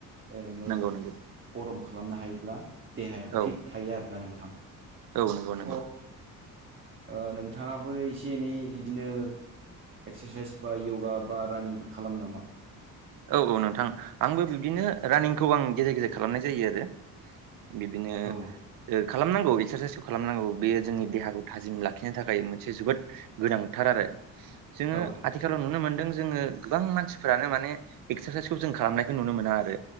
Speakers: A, on the right (about 35°); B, on the right (about 70°).
A: नोङो
B: नंगौ नंगौ
A: गरम खालामनो हायोब्ला देहाया
B: औ
A: फिट थायो आरोना नोंथां।
B: औ नंगौ
A: स'
B: नंगौ।
A: ओ नोंथाङाबो एसे एनै बिदिनो एक्सारसाइस बा य'गा बा रानिंफोर खालामो नामा?
B: औ औ नोंथां आंबो बिबदिनो रानिंखौ आं गेजेर गेजेर खालामनाय जायो आरो। बिदिनो
A: औ
B: खालामनांगौ एक्सारसाइसखौ खालामनांगौ बेयो जोंनि देहाखौ थाजिम लाखिनो थाखाय मोनसे जोबोद गोनांथार आरो जोंङो
A: औ
B: आथिखालाव नुनो मोनदों जोंङो गोबां मानसिफोरानो माने एक्सारसाइसखौ जों खालामनायखौ नुनो मोना आरो